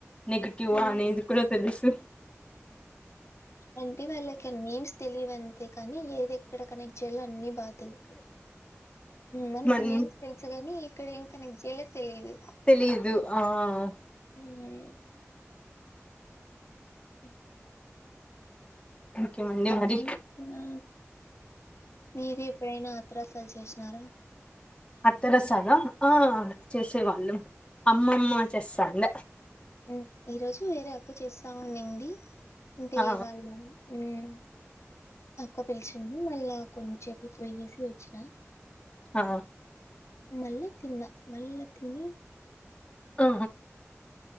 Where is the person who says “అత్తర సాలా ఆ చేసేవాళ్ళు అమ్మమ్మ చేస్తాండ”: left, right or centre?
Left